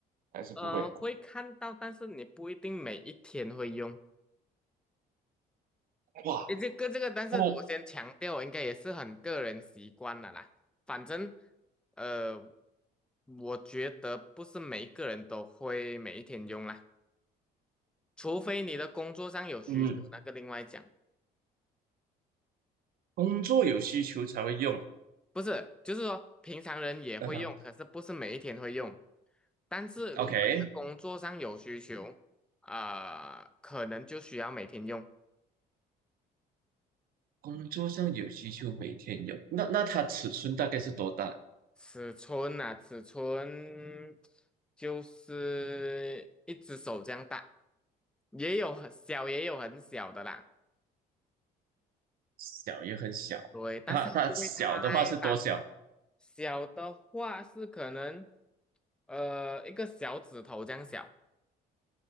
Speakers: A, on the right (about 60°); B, in the centre.
A: 还是不会？
B: 呃，会看到，但是你不一定每一天会用。
A: 哇，
B: 诶，这个这个，但是我先强调，
A: 不，
B: 应该也是很个人习惯了啦。反正，呃，我觉得不是每一个人都会每一天用啦。除非你的工作上有需求，
A: 嗯，
B: 那个另外讲。
A: 工作有需求才会用。
B: 不是，就是说平常人也会用，
A: 嗯。
B: 可是不是每一天会用。但是如果你的工作上有需求，
A: OK，
B: 啊、可能就需要每天用。
A: 工作上有需求，每天有。那那它尺寸大概是多大？
B: 尺寸啊，尺寸就是一只手这样大，也有很小，也有很小的啦。
A: 小也很小。
B: 对，但是它不会太大。
A: 它它小的话是多小？
B: 小的话是可能，呃，一个小指头这样小。